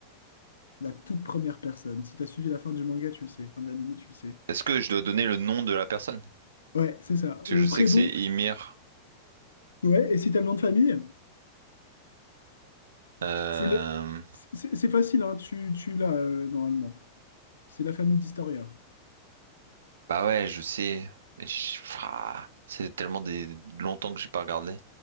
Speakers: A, on the left; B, on the right.
A: La toute première personne. Si t'as suivi la fin du manga, tu le sais. Fin de l'anime, tu le sais.
B: Est-ce que je dois donner le nom de la personne?
A: Ouais, c'est ça.
B: Parce
A: Le
B: que je sais
A: prénom.
B: que c'est Ymir.
A: Ouais, et si t'as le nom de famille,
B: Euh,
A: c'est le. c'est c'est facile, hein. Tu, tu l'as euh, normalement. C'est la famille d'Historia.
B: Bah ouais, je sais. Mais je- Ouah, c'est tellement des... longtemps que j'ai pas regardé.